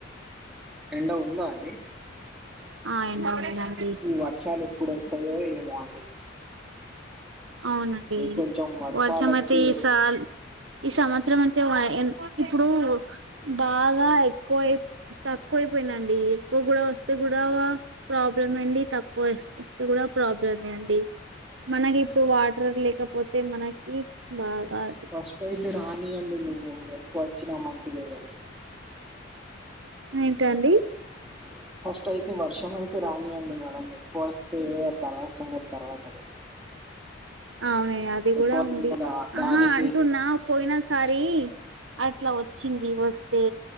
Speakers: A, in the centre; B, on the right (about 80°).
A: ఎండ ఉందా అండి
B: ఆ ఎండ ఉందండి
A: ఈ వర్షాలు ఎప్పుడు వస్తాయో ఏమో అండి
B: అవునండి
A: ఇంకొంచెం వర్షాలు
B: వర్షం
A: వచ్చి
B: అయితే ఈ స ఈ సం సంవత్సరం నుంచి ఇప్పుడు బాగా ఎక్కువయి తక్కువయిపోయినండి ఎక్కువ కూడా వస్తే కూడా ప్రాబ్లమే అండి తక్కువ వస్తే కూడా ప్రాబ్లమే అండి మనకి ఇప్పుడు వాటర్ లేకపోతే మనకి బాగా అది
A: ఫస్ట్ అయితే రాని అండి మేడం ఎకు వచ్చినా మంచిదే కడి
B: ఏంటండీ
A: అ ఫస్ట్ అయితే వర్షం అయితే రానియండి మేడం ఎక్కువ వస్తే ఆ తర్వాత సంగతి తర్వాత
B: అవున అది కూడా
A: ఎక్కువ వచ్చిన
B: ఉంది
A: దా- దానికి
B: ఆహా అంటున్నా పోయిన సారి ఇట్లా వచ్చింది వస్తే